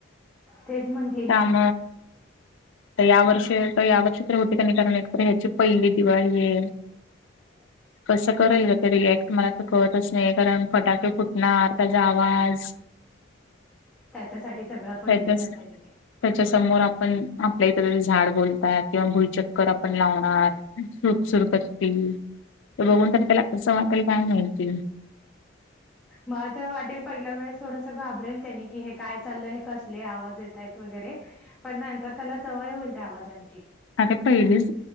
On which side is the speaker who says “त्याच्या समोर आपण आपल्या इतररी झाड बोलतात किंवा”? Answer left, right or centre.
Left